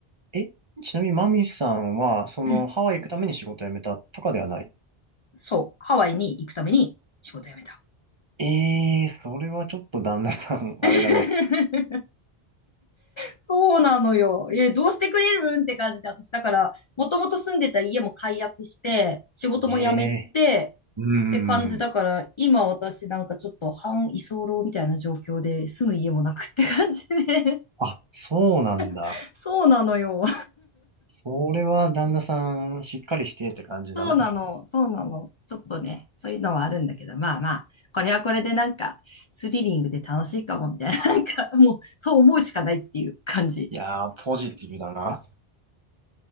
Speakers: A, on the right; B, on the left.
A: え、ちなみにマミさんは、その、
B: うん。
A: ハワイ行くために仕事辞めたとかではない。
B: そう、ハワイに行くために仕事辞めた。
A: ええー、それはちょっと旦那さん、<laughs>
B: <laughs>
A: あれだね。
B: そうなのよ。え、どうしてくれるんって感じで、私だから、もともと住んでた家も解約して、仕事も辞めて、
A: ええうん。
B: って感じだから、
A: うーん。
B: 今私なんかちょっと半居候みたいな状況で、住む家もなくって感じね。
A: あ、そうなんだ。
B: <laughs> そうなのよ。
A: それは旦那さん、しっかりしてって感じだな。
B: そうなの、そうなの。ちょっとね、そういうのはあるんだけど、まあまあ、これはこれでなんか、スリリングで楽しいかも、みたいな、なんか、もう、そう思うしかないっていう感じ。
A: いやー、ポジティブだな。